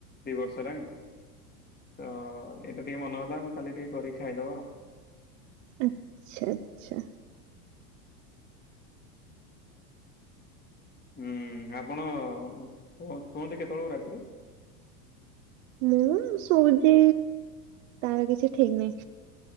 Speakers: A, on the left; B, on the right.
A: ଦି ବର୍ଷ ହେଲାଣି ତ ଏଇତ ଟିକେ ମନ ହେଲା ମୁଁ କାଲି ଟିକେ କରିକି ଖାଇଦବା।
B: ଆଚ୍ଛା, ଆଚ୍ଛା।
A: ହୁଁ, ଆପଣ ଶୁଅ ଶୁଅନ୍ତି କେତେବେଳେ ରାତିରେ?
B: ମୁଁ ଶୋଉଚି ତାର କିଛି ଠିକ ନାଇ।